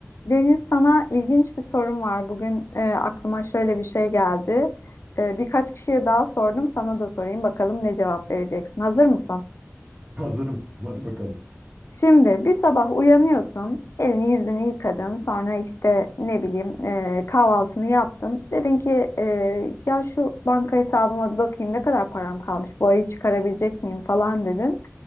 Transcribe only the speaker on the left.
Deniz sana ilginç bir sorum var. Bugün e, aklıma şöyle bir şey geldi. E, birkaç kişiye daha sordum. Sana da sorayım bakalım ne cevap vereceksin. Hazır mısın?
Şimdi bir sabah uyanıyorsun, elini yüzünü yıkadın, sonra işte ne bileyim e, kahvaltını yaptın. Dedin ki e, ya şu banka hesabıma bir bakayım ne kadar param kalmış, bu ayı çıkarabilecek miyim falan dedin.